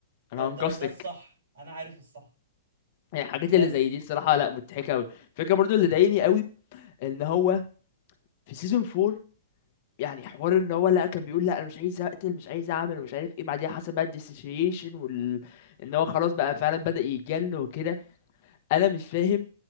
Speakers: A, on the right; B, on the left.
A: ده,
B: انا هنقذتك
A: ده ده الصح انا عارف الصح
B: يعني الحاجات
A: بس
B: اللي زي دي الصراحه لا مضحكه قوي الفكره برضو اللي ضايقني قوي ان هو في سيزون 4 يعني حوار ان هو لا كان بيقول لا انا مش عايز اقتل مش عايز اعمل ومش عارف ايه بعديها حصل بقى الديسوسيشن وال ان هو خلاص بقى فعلا بدأ يتجن وكده انا مش فاهم